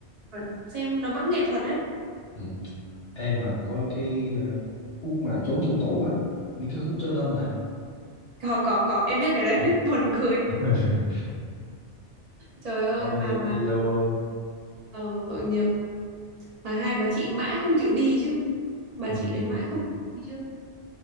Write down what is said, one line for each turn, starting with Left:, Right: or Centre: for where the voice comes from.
Right: còn xem nó vẫn nghệ thuật đấy
Left: Ừ. Em mà có cái ờ, khúc mà trốn trong tủ á, mấy cái khúc chó đơm nè.
Right: có có có em biết cái đấy
Left: Ờ.
Right: <laughs> buồn cười
Left: <laughs>
Right: trời ơi
Left: tội
Right: mà
Left: nghiệp
Right: mà
Left: gì đâu luôn
Right: ờ, tội nghiệp mà hai bà chị mãi không chịu đi chứ bà
Left: Ừ.
Right: chị đấy mãi không chịu đi chứ